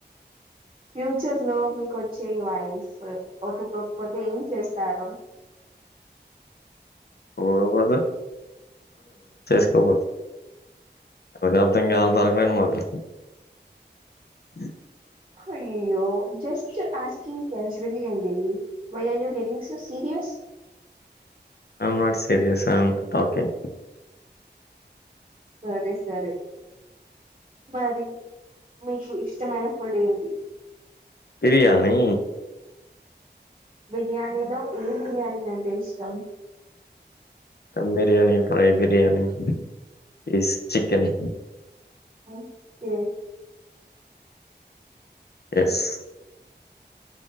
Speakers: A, on the right (about 35°); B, on the left (about 65°).
A: ఫ్యూచర్ లో మీకు వచ్చే వైఫ్ ఒప్పుకోకపోతే ఏం చేస్తారు?
B: పోకపోతే ఎవరికి దానికి అర్థం కాదు అనంగానే <unintelligible> అ
A: హయయ్యో జస్ట్ ఆస్కింగ్ ఫ్రెండ్ <unintelligible> అండి why are you getting so serious
B: I'm not serious I'm talking
A: సరే సరే మరి మీకు ఇష్టమైన ఫుడ్ ఏంటి?
B: బిర్యానీ
A: బిర్యానీలో ఏ బిర్యానీ అంటే ఇష్టం?
B: Dum biryani fry biryani piece chicken
A: okay
B: yes